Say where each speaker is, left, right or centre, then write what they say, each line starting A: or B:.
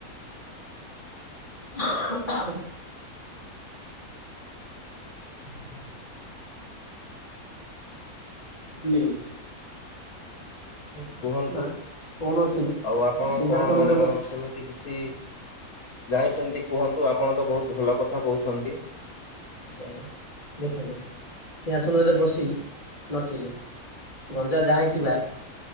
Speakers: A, on the left (about 35°); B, on the left (about 80°).
A: <unintelligible> <inaudible> ବିଲେଇ। କି
B: କୁହନ୍ତୁ?
A: କୌଣସି
B: ଆଉ ଆପଣ
A: ସିଂହାସନରେ
B: କଣ ସେମିତି କିଛି ଜାଣିଛନ୍ତି କୁହନ୍ତୁ? ଆପଣ ତ ବହୁତ ଭଲ କଥା କହୁଛନ୍ତି।
A: ଆଜ୍ଞା ଆଜ୍ଞା। ଦେଖନ୍ତୁ ସେ ଆସନରେ ବସି ନଥିଲେ। ଗଞ୍ଜା ଯାହା ହେଇଥିବା